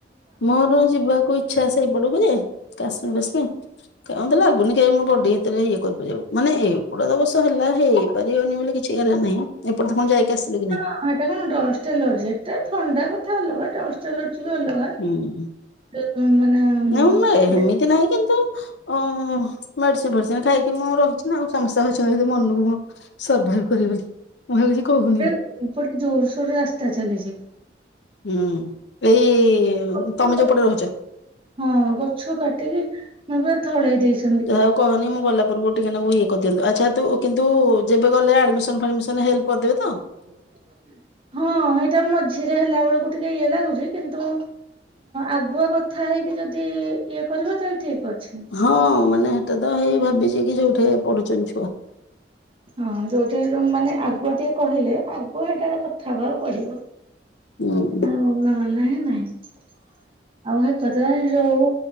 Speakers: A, on the left; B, on the right.
A: ମୋର ଯିବାକୁ ଇଚ୍ଛା ସେଇ ଏପଟକୁ ଯେ କାଶ୍ମୀର ଫାସମୀର କାଇଁ ମତେ ଲାଗୁନି କେ ମୋ ବଡି ଏତେ ଇଏ କରିପାରିବ। ମାନେ ଏଗୁଡା ଅବଶ୍ୟ ହେଲା ହେଇ ପାରିବନି ବୋଲି କିଛି ହେଲା ନାହିଁ ଏପଟେ ତ ପୁଣି ଯାଇକି ଆସିଲୁ କି ନାଇଁ?
B: ହଁ ହେଟା କଣ ଡଷ୍ଟ ଡଷ୍ଟଏଲର୍ଜି। ଏଟା ଥଣ୍ଡା କଥା ଅଲଗା ଡଷ୍ଟ ଏଲର୍ଜି ବି ଅଲଗା
A: ହୁଁ।
B: ତ ମାନେ
A: ନାଇଁ ହେମିତି
B: ଦେ-
A: ନାହିଁ କିନ୍ତୁ ଓ ହଁ ମେଡିସିନ ଫେଡିସିନ ଖାଇକି ମୁଁ ରହିଛି ନା ଆଉ ସମସ୍ତେ ଭାବୁଛନ୍ତି ମନକୁ ମୁ ସର୍ଭାଇଭ କରି ଗଲି ମୁଁ ହେରା କିଛି କହୁନି।
B: ଏପଟେ ଜୋରସୋର ରେ ରାସ୍ତା ଚାଲିଚି।
A: ହୁଁ, ଏଇ
B: ଗଛ
A: ତମେ
B: କା-
A: ଯଉ ପଟେ ରହୁଚ?
B: ହଁ, ଗଛ କାଟିକି ମାନେ ପୁରା ଥଳେଇ ଦେଇଛ
A: ଯାହା ହଉ କହନି ମୁଁ ଗଲା ପୁର୍ବରୁ ଟିକେ ନାଗୁ ଇଏ କରି ଦିଅନ୍ତୁ। ଆଚ୍ଛା ତୁ କିନ୍ତୁ ଯେବେ ଗଲେ ଆଡମିସନ ଫାଡମିସନ ହେଲ୍ପ କରିଦେବେ ତ?
B: <unintelligible> ହଁ, ହେଇଟା ମଝିରେ ହେଲା ବେଳକୁ ଟିକେ ଇଏ ଲାଗୁଛି। କିନ୍ତୁ ଆଗୁଆ କଥା ହେଇକି ଯଦି ଇଏ କରିବ ତାହେଲେ ଠିକ୍ ଅଛି।
A: ହଁ ମାନେ ହେଟା ତ ହେଇ ଭାବିଛି କି ଯୋଉଠି ପଢୁଛନ୍ତି ଛୁଆ।
B: ହଁ ଯୋଉଠି ହେଲେ ମାନେ ଆଗୁଆ ଟିକେ କହିଲେ, ଆଗୁଆ ହେଟା ରେ କଥା ହବାକୁ ପଡିବ।
A: ହୁଁ।
B: ଆଉ ନହେଲେ ନାଇଁ ନାଇଁ। ଆଉ ହେ କଥା ଯଉ,